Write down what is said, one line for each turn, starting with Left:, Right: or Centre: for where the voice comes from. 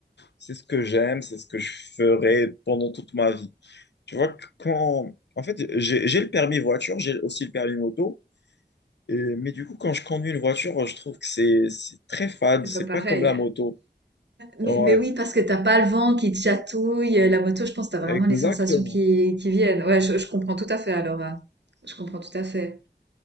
Left: C'est ce que j'aime, c'est ce que je ferai pendant toute ma vie. Tu vois, que quand... En fait, j'ai j'ai le permis voiture, j'ai aussi le permis moto. Et... Mais du coup, quand je conduis une voiture, je trouve que c'est c'est très fade.
Right: C'est
Left: C'est
Right: pas pareil.
Left: pas comme la moto.
Right: Mais,
Left: Ouais,
Right: mais oui, parce que t'as pas le vent qui te chatouille. euh, La moto, je pense que t'as vraiment
Left: exactement.
Right: les sensations qui, qui viennent. Ouais, je, je comprends tout à fait alors. hein. Je comprends tout à fait.